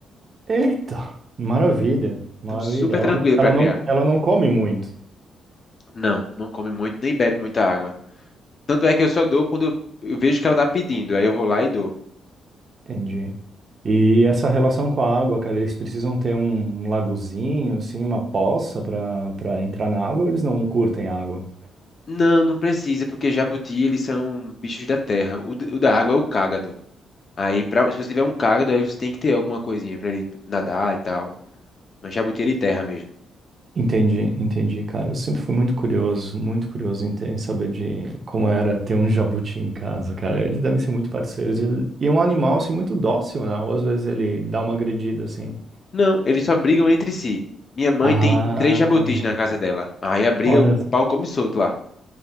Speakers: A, on the right; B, on the left.
A: Eita, maravilha, maravilha.
B: Então, super
A: Ela,
B: tranquilo
A: ela
B: para criar.
A: não, ela não come muito.
B: Não, não come muito, nem bebe muita água. Tanto é que eu só dou quando eu eu vejo que ela tá pedindo, aí eu vou lá e dou.
A: Entendi. E essa relação com a água, cara, eles precisam ter um lagozinho, assim, uma poça para para entrar na água, ou eles não curtem água?
B: Não, não precisa, porque jabuti, eles são bichos da terra. O, d- o da água é o cágado. Aí, pra, se você tiver um cágado, aí você tem que ter alguma coisinha para ele nadar e tal. Mas jabuti é de terra mesmo.
A: Entendi, entendi, cara. Eu sempre fui muito curioso, muito curioso em, ter- em saber de como era ter um jabuti em casa, cara. Eles devem ser muito parceiros. E, e é um animal, assim, muito dócil, né? Ou às vezes ele dá uma agredida, assim.
B: Não, eles só brigam entre si. Minha mãe
A: Ah,
B: tem três jabutis na casa dela. Aí a briga,
A: olha.
B: o pau come solto lá.